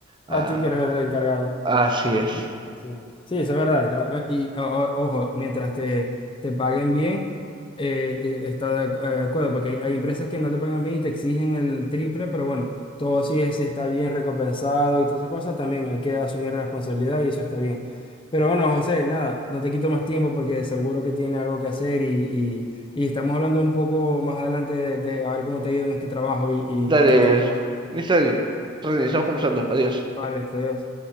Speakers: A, on the right; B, on the left.
A: a-
B: A ti que eres el encargado.
A: así es.
B: Así es. Sí, eso es verdad. Ya Y o- o- ojo, mientras te, te paguen bien, eh, eh, está de ac- eh, acuerdo, porque hay, hay empresas que no te pagan bien y te exigen el triple, pero bueno, todo sí, es- sí está bien recompensado y todas esas cosas, también hay que asumir responsabilidad y eso está bien. Pero bueno, José, nada, no te quito más tiempo porque seguro que tienes algo que hacer y, y, y estamos hablando un poco más adelante de, de a ver cómo te ha ido en este trabajo y, y,
A: Dale,
B: y qué tal te va.
A: listo, René, estamos conversando. Adiós.
B: Vale, hasta adiós.